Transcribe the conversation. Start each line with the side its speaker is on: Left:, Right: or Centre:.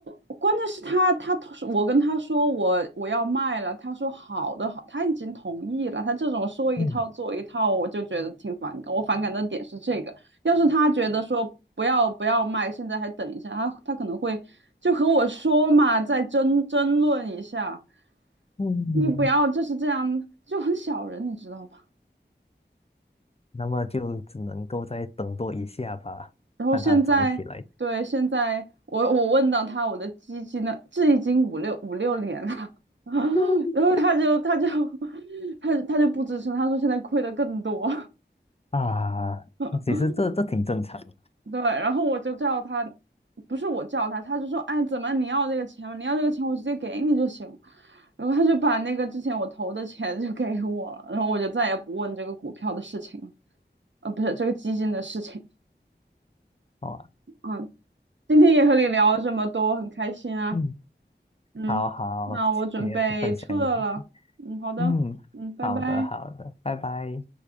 Right: 关键是他，他我跟他说我我要卖了，他说好的好，他已经同意了。他这种说一套做一套，
Left: 嗯
Right: 我就觉得挺反感。我反感的点是这个，要是他觉得说不要不要卖，现在还等一下，他他可能会就和我说嘛，再争争论一下。
Left: 嗯，
Right: 你不要就是这样，就很小人，你知道吧？
Left: 那么就只能够再等多一下吧，
Right: 然后现在，
Left: 看它长起来
Right: 对，现在我我问到他我的基金呢，这已经五六五六年了，<laughs>
Left: <laughs>
Right: 然后他就他就 <laughs> 他他就不吱声，他说现在亏的更多，
Left: 啊。
Right: <laughs>
Left: 其实这这挺正常的，
Right: 对，然后我就叫他，不是我叫他，他就说，哎，怎么你要这个钱吗？你要这个钱，我直接给你就行。然后他就把那个之前我投的钱就给我了，然后我就再也不问这个股票的事情了，呃，不是这个基金的事情。
Left: 好吧？
Right: 嗯，今天也和你聊了这么多，很开心啊。
Left: 嗯，
Right: 嗯，
Left: 好好，
Right: 那我准备撤了。
Left: 你也分享一你，
Right: 嗯，好的。
Left: 嗯，
Right: 嗯，拜拜。
Left: 好的好的，拜拜。